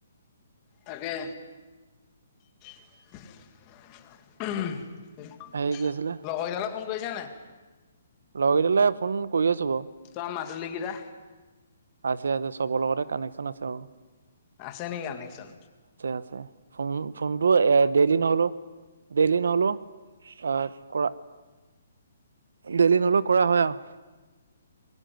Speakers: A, on the left; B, on the right.
A: তাকে। <unintelligible>
B: হেৰি কি আছিলে
A: লগৰজনে ফোন কৰিছা নাই?
B: লগৰকেইটালে ফোন কৰি আছো বাৰু।
A: তোমাৰ মাদুলিকেইটা
B: আছে, আছে। চবৰ লগতে কানেকচন আছে বাৰু।
A: আছে নেকি কানেকচন?
B: আছে ফোন, ফোনটো এ ডেইলি নহ'লেও, ডেইলি নহ'লেও, আহ কৰা, ডেইলি নহলেও, কৰা হয় আৰু।